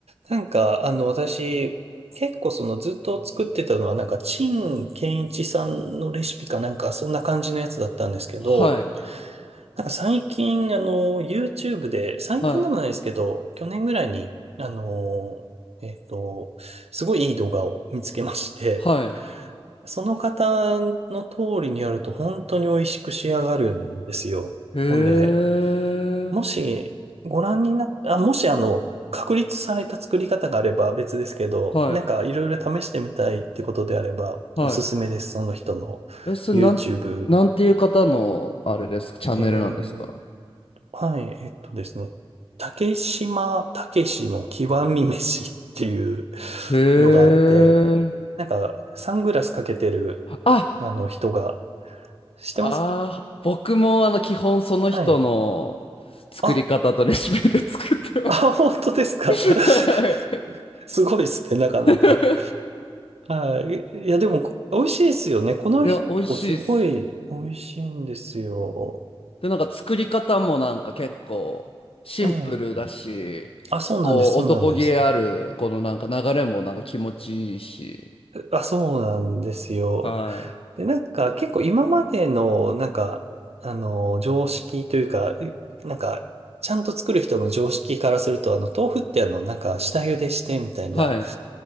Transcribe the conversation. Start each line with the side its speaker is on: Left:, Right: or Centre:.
Right: なんか、あの、私、結構そのずっと作ってたのは、なんか、陳建一さんのレシピかなんか、そんな感じのやつだったんですけど、
Left: はい、
Right: なんか最近、あの、YouTube で、最近でもないですけど、
Left: はい、
Right: 去年ぐらいに、あの、えっと、すごいいい動画を見つけまして、
Left: はい。
Right: その方の通りにやると本当に美味しく仕上がるんですよ。
Left: へえ、
Right: ほんで、もし、ご覧になっあ、もし、あの、確立された作り方があれば別ですけど、
Left: はい、
Right: なんかいろいろ試してみたいってことであれば、
Left: は
Right: おすすめです。その人の
Left: い。え、それなん、
Right: YouTube。
Left: なんていう方の、あれですか、チャンネルなんですか
Right: えー、はい、えっとですね。竹島武しの極み飯っていう
Left: へえ。
Right: のがあって、なんかサングラスかけてる、
Left: あ、
Right: あの人が、知ってます
Left: あー、僕もあの、基本その人の作り方とレシピで作ってます。
Right: はい。あ、あ、本当ですか。
Left: <laughs>
Right: <laughs>
Left: はい
Right: すごいっすね、なかなか。
Left: <laughs>
Right: はい。いや、でも、美味しいですよね。この人、
Left: いや、美味しいっす。
Right: すごい美味しいんですよ。
Left: で、なんか作り方もなんか結構シンプルだし、
Right: ええ。あ、そうなんです、
Left: こう男気あるこのなんか流れもなんか気持ちいいし。
Right: そうなんです。あ、そうなんですよ。
Left: はい。
Right: で、なんか、結構今までの、なんか、あの、常識というか、いなんか、ちゃんと作る人の常識からすると、あの、豆腐ってあの、なんか、下茹でしてみたいな、
Left: はい。